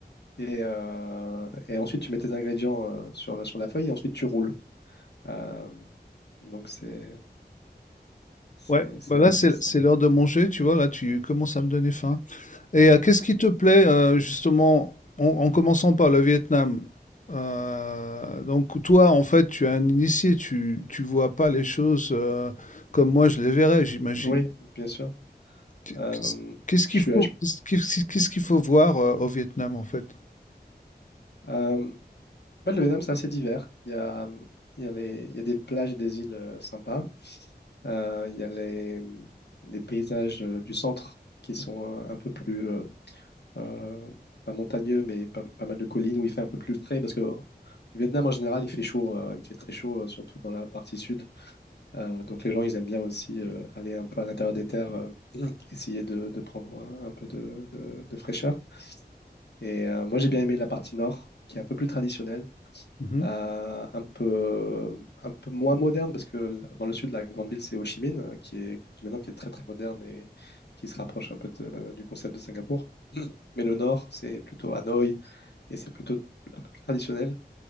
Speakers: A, on the left; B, on the left.
A: Et, euh, et ensuite, tu mets tes ingrédients euh, sur la, sur la feuille et ensuite tu roules. Euh, donc, c'est c'est-
B: Ouais,
A: c'est
B: bah là
A: assez
B: c'est
A: simple.
B: c'est l'heure de manger, tu vois, là tu commences à me donner faim. Et euh, qu'est-ce qui te plaît euh, justement en, en commençant par le Vietnam? Euh, donc toi en fait tu es un initié, tu tu vois pas les choses euh, comme moi je les verrais, j'imagine.
A: Oui, bien sûr.
B: Qu-
A: Euh,
B: Qu'est-ce qu'est-ce qu'il
A: je suis
B: faut
A: à- je-
B: qu'est-ce qu'est-ce- qu'est-ce qu'il faut voir euh, au Vietnam en fait?
A: euh, en fait, le Vietnam, c'est assez divers. Il y a, il y a les- il y a des plages et des îles euh, sympas. Euh, Il y a les, les paysages euh, du centre qui sont euh, un, peu plus, euh, euh, pas montagneux, mais pas, pas mal de collines où il fait un peu plus frais parce que le Vietnam en général, il fait chaud, euh, il fait très chaud, euh, surtout dans la partie sud. Euh, donc les gens, ils aiment bien aussi euh, aller un peu à l'intérieur des terres, euh, <clears throat> essayer de, de prendre euh, un peu de, de- de fraîcheur. Et euh, moi, j'ai bien aimé la partie nord qui est un peu plus traditionnelle
B: Mhm,
A: euh, un peu, un peu moins moderne, parce que l- dans le sud, de la grande ville, c'est Ho Chi Minh, euh, qui est qui maintenant qui est très très moderne et qui se rapproche un peu de- du concept de Singapour. <clears throat> Mais le nord, c'est plutôt Hanoï et c'est plutôt un peu plus traditionnel.